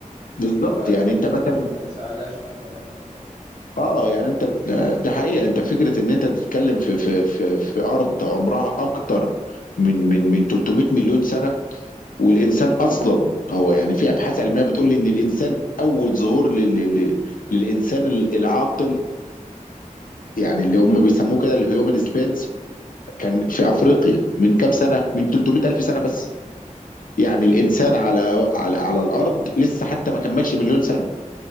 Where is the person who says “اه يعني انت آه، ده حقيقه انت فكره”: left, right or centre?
Left